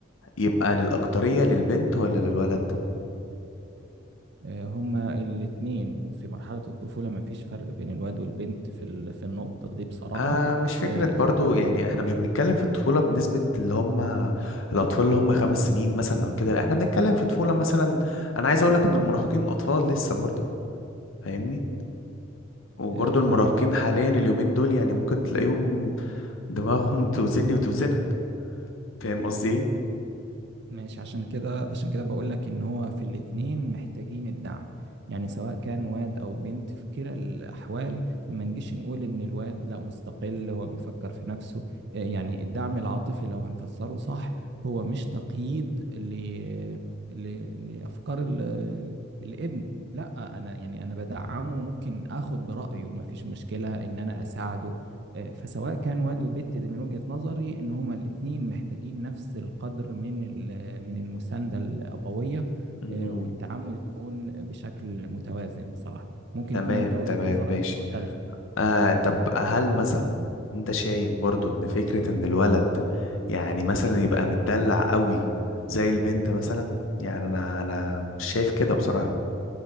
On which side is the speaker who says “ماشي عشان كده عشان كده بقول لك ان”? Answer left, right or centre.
Right